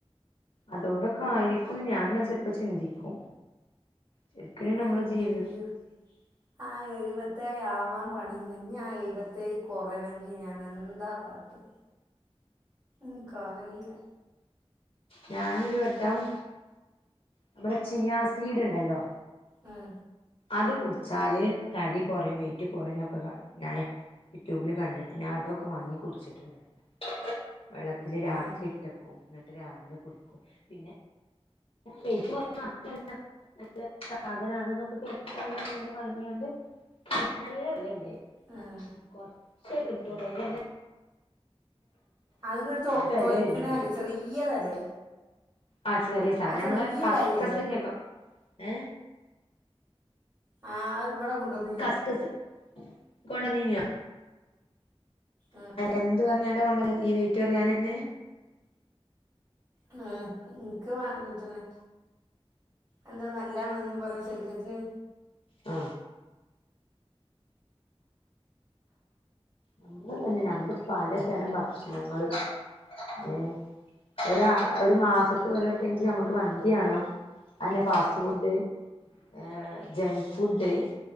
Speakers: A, on the left; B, on the right.
A: അതുകൊണ്ടൊക്കെ ആയിരിക്കുന്ന് ഞാൻ അങ്ങ് ചെ ലപ്പോ ചിന്തിക്കും ശരിക്കും
B: <unintelligible>
A: നമ്മളെ ജീവിത
B: ആ എഴുപത്തേഴ്‌ ആകും പോൻ പണിയില്ല ഞാൻ എഴുതിയെഴു കുറെയണെങ്കിൽ ഞാൻ എന്താ കാട്ടുക്ക ഉക്ക് അറിയില്ല
A: ഞാനൊരുവട്ടം നമ്മുടെ ചിയാ സീഡ് ഇണ്ടല്ലോ
B: മം
A: അത് കുടിച്ചാല് തടി കുറയും. വെയിറ്റ് കുറയും എന്നൊക്കെ ഞാൻ യൂട്യൂബിൽ കണ്ടിട്ട് ഞാൻ അതൊക്കെ വാങ്ങി കുടിച്ചിട്ടുണ്ടായിരുന്നു വെള്ളത്തിൽ രാത്രി
B: ഉം,
A: ഇട്ടേക്കും എന്നിട്ട് രാവിലെ കുടിക്കും പിന്നെ വെയിറ്റ് കുറയ്ക്കുംനല്ല സാധനാണ്ന്നൊക്കെ കേട്ട്കൊണ്ട് വാങ്ങിയാണ്ട് നല്ല വിലയുണ്ട്
B: ഉം.
A: - കുറെ കുറെ <unintelligible>
B: അത്ങ്ങട്ട് തൊ
A: വില
B: തൊലിക്കണല്ലേ
A: വരാനുണ്ട്
B: ചെറിയതല്ലേ
A: ആ ചെറിയെ സാധനം
B: ആ ചെറിയ
A: ഞമ്മളെ കസ്കസിന്റെൊക്കെ
B: കായല്ലേ
A: ഏ
B: ആഹ് അ ഇവിടെ കൊണ്ടോന്നീനി
A: കസ്കസ് കൊണ്ടന്നീനിയോ
B: ആ
A: എന്ത് വന്ന് കൊണ്ടന്നെ ഈ വെയിറ്റൊറിയാനെന്നെ
B: ആ ഇതൊക്കെ വാങ്ങിട്ടുതന്നെ അന്തന നല്ലയാണുന്നു പറി ശരീരത്തിന്
A: ആ ഞമ്മൾ തന്നെ ഞമ്മൾ പലതരം ഭക്ഷണങ്ങളൾ ഏ ഒര ഒരു മാസത്ത് ഒരു വട്ടെങ്കിലു നമ്മക്ക് മന്തിയാണം ആയിന്നെ ഫാസ്റ്റ് ഫുഡ് ഏ ജങ്ക് ഫുഡ്